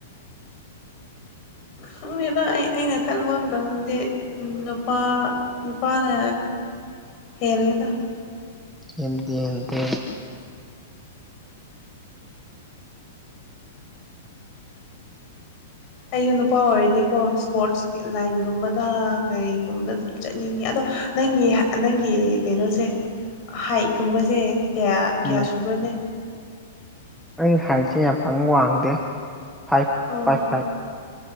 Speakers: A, on the left; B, in the centre.
A: ꯈꯪꯉꯦꯅ ꯑꯩ ꯑꯩꯅ ꯈꯟꯕ ꯉꯝꯗꯗꯤ ꯅꯨꯄꯥ ꯅꯨꯄꯥꯅ ꯍꯦꯜꯜꯂꯤꯦꯗ <inaudible>
B: ꯍꯦꯟꯗꯦ ꯍꯦꯟꯗꯦ
A: ꯑꯩꯁꯨ ꯅꯨꯄꯥ ꯑꯣꯏꯔꯗꯤꯀꯣ ꯁ꯭ꯄꯣꯔꯠꯁ ꯂꯥꯏꯟꯒꯨꯝꯕꯗ ꯀꯩꯒꯨꯝꯕꯗ ꯆꯠꯅꯤꯡꯉꯤ ꯑꯗꯣ ꯅꯪꯒꯤ ꯅꯪꯒꯤ ꯀꯩꯅꯣꯁꯦ ꯍꯥꯏꯛꯀꯨꯝꯕꯁꯦ ꯀꯌꯥ ꯀꯌꯥ
B: ꯎꯝ
A: ꯁꯨꯕꯔꯅꯦ
B: ꯑꯩ ꯍꯥꯏꯠꯁꯦ ꯌꯥꯝ ꯄꯪ ꯋꯥꯡꯗꯦ ꯐꯥꯏꯚ
A: ꯑꯣ
B: ꯐꯥꯏꯚ ꯐꯥꯏꯚ